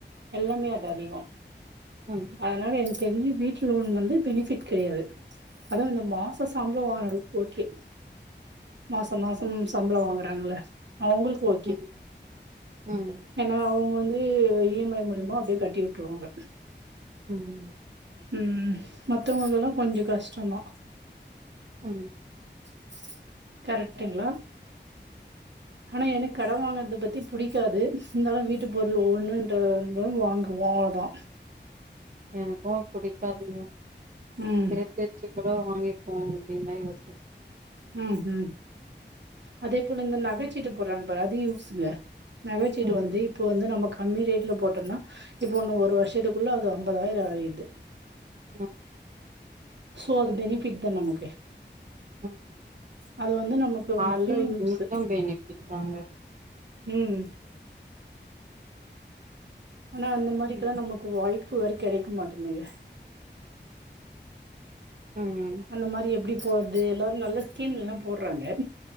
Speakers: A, on the right; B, on the right.
A: எல்லாமே அது அதிகோ
B: ம்
A: அதனால என் தெரி்ஞ்சி வீட்டு்லோன் வந்து பெனிஃபிட் கிடையாது அதா இந்த மாச சம்ளோ வாங்குரவங்கள்க் ஓகே மாச மாசம் சம்பளம் வாங்குறாங்கள்ள அவங்களுக்கு ஓகே
B: ம் ம்
A: ஏன்னா அவங்க வந்து ஏ இ எம் ஐ மூல்யமா அப்டியே கட்டி விட்ருவாங்க
B: ஆமாமா
A: உ மக் ட்டு அதெல்லா கொஞ்ச கஷ்டந்தா
B: உ
A: ஆ கரெக்டுங்களா ஆனா எனக்கு கடே வாங்குறத பத்தி புடிக்காது இருந்தாலு வீட்டு பொருள் ஒண்ணுன்ற வாங்குவோ அவ்ளதா
B: எனக்கு புடிக்காதுங்க
A: ம்
B: சே சே சே கூடோ வாங்கிப்போ அப்டின்னு தா யோசன
A: உ ஹு அதே போல இந்த நகைச் ச்சிட்டு போட்றாங்க பாரு அது யூசுங்க நகைச்சிட்டு
B: ம்
A: வந்து இப்போ வந்து நமக்கு கம்மி ரேட்டுல போட்ருந்தா இப்ப ஒன்னு ஒரு வருஷத்துக்குள்ள அதங் முப்பதாயிரோ ஆய்த்து
B: ம்
A: சோ அது பெனிஃபிட்தா நமக்கு
B: ம் ம்
A: அது வந்து நமக்கு
B: அது
A: நல்ல யூஸு
B: நீட்டம் ஃபெனிச்சட் தாங்க
A: ம் ஆனா அந்த மாரிக்கல்லா
B: ம்
A: நமக்கு வாய்ப் ப்ப ஒரு கெடைக்க மாட்டேந்துங்க
B: ம்
A: அந்த மாரி எப்பிடி போற து எல்லாரு நல்ல ஸ்கீம் இல்லாப் போடறாங்க